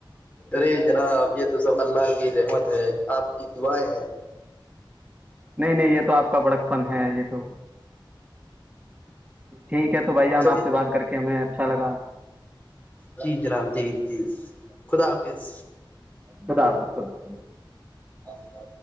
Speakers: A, on the left; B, on the right.
A: ارے جناب یہ تو سب اللہ کی رحمت ہے آپ کی دعائیں ہے
B: نہیں نہیں یہ تو آپ کا بڑک پن ہے یہ تو ٹھیک ہے تو بھائی جان
A: چلیے
B: آپ سے بات کر کے ہمیں اچھا لگا
A: جی جناب ج جی خدا حافظ
B: خدافظ خدافظ
A: آپ آ